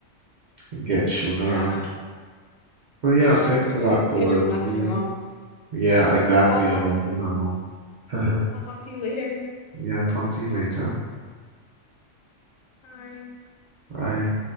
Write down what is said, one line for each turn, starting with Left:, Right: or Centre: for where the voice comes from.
Right: and get shown
Left: Yeah,
Right: around. But
Left: yeah,
Right: yeah, thanks
Left: okay.
Right: for that tour.
Left: And your
Right: It was
Left: that's
Right: really,
Left: with your mom.
Right: yeah,
Left: Yeah.
Right: exactly.
Left: Okay, well, I'll talk
Right: You're not
Left: to you.
Right: my mom. <laughs>
Left: I'll talk to you later.
Right: Yeah, talk to you later.
Left: Bye.
Right: Bye.